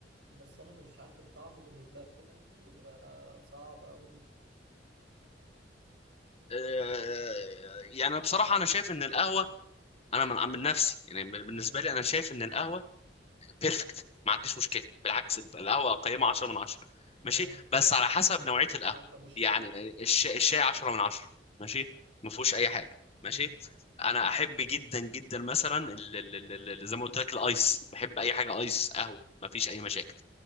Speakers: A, on the right; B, on the left.
A: بس انا مش عارف الطعم بالنسبه لي بيبقى صعب قوي
B: آه، يعني بصراحه انا شايف ان القهوه انا من من نفسي يعني بال- بالنسبه
A: مم.
B: لي انا شايف ان القهوه بيرفكت ما عنديش مشكله بالعكس الب- القهوه قيمه 10 من 10
A: آه.
B: ماشي بس على حسب نوعيه القهوه
A: آه. طب والشاي
B: يعني الشاي الشاي 10 من 10 ماشي ما فيهوش اي حاجه
A: مم.
B: ماشي انا احب جدا جدا مثلا ال- ال- ال- ال- زي ما قلت لك الايس بحب اي حاجه ايس قهوه ما فيش اي مشاكل